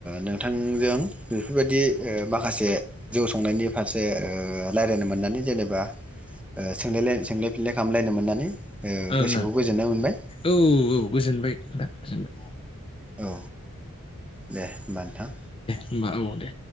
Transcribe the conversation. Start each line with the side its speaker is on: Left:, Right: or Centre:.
Centre: नोंथां नोंजों बेफोरबायदि ओ माखासे जौ संनायनि फारसे ओ रायलायनो मोननानै जेनेबा ओ सोंलायलाय सोंलाय फिनलाय खालामलायनो मोननानै ओ
Left: ओं
Centre: गोसोखौ गोजोननाय मोनबाय
Left: ओं औ औ गोजोनबाय दा गोजोनबाय
Centre: औ दे होनबा नोंथां
Left: होनबा औ दे